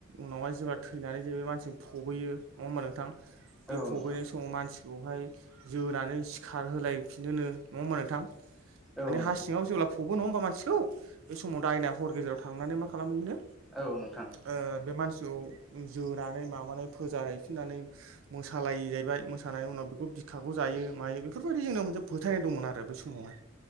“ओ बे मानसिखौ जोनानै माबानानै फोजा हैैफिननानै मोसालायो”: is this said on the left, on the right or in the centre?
Right